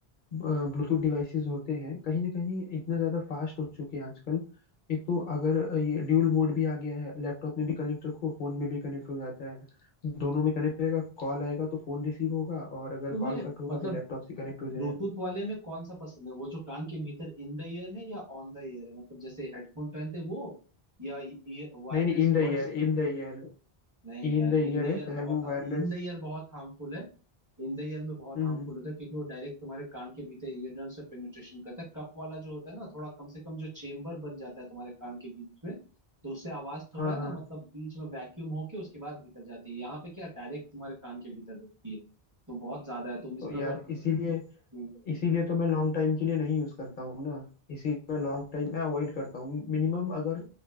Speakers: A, on the left (about 55°); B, on the right (about 20°).
A: ब्लूटूथ डिवाइसेस होते हैं कहीं ना कहीं इतना ज्यादा फास्ट हो चुके हैं आजकल एक तो अगर अ, ये ड्यूल मोड भी आ गया है लैपटॉप में भी कनेक्ट रखो फोन में भी कनेक्ट हो जाता है दोनों में कनेक्ट रहेगा कॉल आएगा तो फोन रिसीव होगा और अगर
B: तुम्हें
A: कॉल कट होगा
B: मतलब
A: तो लैपटॉप से कनेक्ट हो जाएगा
B: ब्लूटूथ वाले में कौन सा पसंद है वो जो कान के भीतर इन द ईयर है या ऑन द ईयर है मतलब जैसे हेडफोन पहनते हैं वो या वायरलेस
A: नहीं नहीं in the
B: बड्स
A: ear in the ear
B: नहीं
A: in
B: यार
A: the
B: इन
A: ear
B: द ईयर
A: है चाहे
B: बहुत
A: वो वायरलेस
B: इन द ईयर बहुत हार्मफुल है इन द ईयर में बहुत
A: हम्म
B: हार्मफुल होता है क्योंकि वो डायरेक्ट तुम्हारे कान के भीतर ईयर ड्रम से पेनिट्रेशन करता है कप वाला जो होता है ना थोड़ा कम से कम जो चेम्बर बन जाता है तुम्हारे कान के बीच में तो उससे आवाज थोड़ा
A: हाँ
B: है
A: हाँ
B: ना मतलब बीच में वैक्यूम होके उसके बाद भीतर जाती है यहाँ पे क्या डायरेक्ट तुम्हारे कान के भीतर ढुकती है तो बहुत ज्यादा है तुम इसमें
A: तो यार
B: अगर
A: इसीलिए
B: हम्म,
A: इसीलिए तो मैं लॉन्ग टाइम के लिए नहीं यूज करता हूँ ना इसी मैं लॉन्ग टाइम मैं अवॉइड करता हूँ मिनिमम अगर